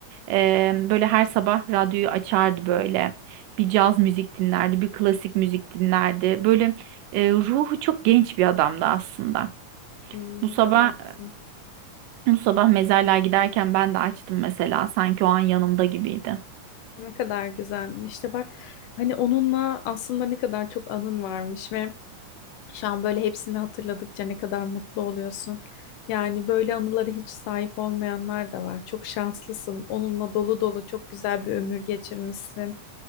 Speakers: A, on the right; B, on the left.
A: eee, böyle her sabah radyoyu açardı böyle. Bir caz müzik dinlerdi, bir klasik müzik dinlerdi. Böyle eee, ruhu çok genç bir adamdı aslında.
B: Hmm,
A: Bu
B: ne
A: sabah
B: kadar güzel.
A: bu sabah mezarlığa giderken ben de açtım mesela. Sanki o an yanımda gibiydi.
B: Ne kadar güzel. İşte bak hani onunla aslında ne kadar çok anın varmış ve şu an böyle hepsini hatırladıkça ne kadar mutlu oluyorsun. Yani böyle anılara hiç sahip olmayanlar da var. Çok şanslısın. Onunla dolu dolu çok güzel bir ömür geçirmişsin.